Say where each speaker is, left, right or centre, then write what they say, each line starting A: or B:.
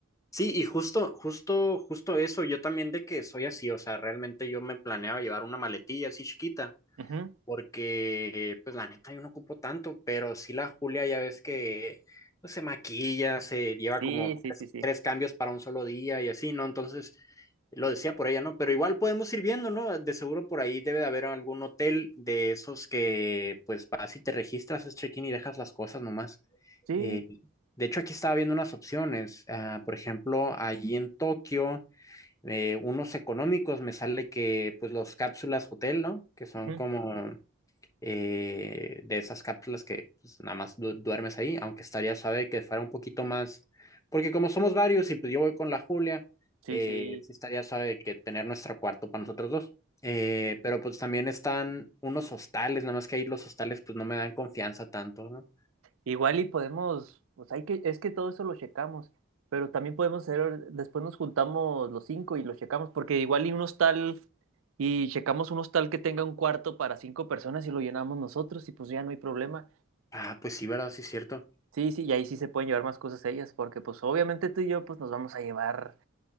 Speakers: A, on the left (about 15°); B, on the right (about 80°).
A: Sí, y justo, justo, justo eso, yo también de que soy así, o sea, realmente yo me planeaba llevar una maletilla así chiquita
B: Ujú.
A: porque pues la neta yo no ocupo tanto, pero sí la Julia ya ves que pues, se maquilla, se lleva
B: Sí,
A: como
B: sí,
A: tres,
B: sí, sí.
A: tres cambios para un solo día y así, ¿no? Entonces lo decía por ella, ¿no? Pero igual podemos ir viendo, ¿no? De seguro por ahí debe de haber algún hotel de esos que pues vas y te registras, es check-in y dejas las cosas nomás.
B: Sí,
A: Eh, de hecho, aquí estaba viendo unas opciones. Ah, por ejemplo, allí en Tokio, eh, unos económicos me sale que, pues, los cápsulas hotel, ¿no? Que son
B: ujú.
A: como eh, de esas cápsulas que pues, nada más du- duermes ahí, aunque estaría suave que fuera un poquito más, porque como somos varios y pues yo voy con la Julia,
B: Sí,
A: eh,
B: sí.
A: sí estaría suave que tener nuestro cuarto para nosotros dos. Eh, pero pues también están unos hostales, nada más que ahí los hostales pues no me dan confianza tanto, ¿no?
B: Igual y podemos, pues hay que, es que todo eso lo checamos, pero también podemos hacer, después nos juntamos los cinco y lo checamos, porque igual y un hostal, y checamos un hostal que tenga un cuarto para cinco personas y lo llenamos nosotros, y pues ya no hay problema.
A: Ah, pues sí, ¿verdad? Sí, es cierto.
B: Sí, sí, y ahí sí se pueden llevar más cosas ellas, porque pues obviamente tú y yo pues nos vamos a llevar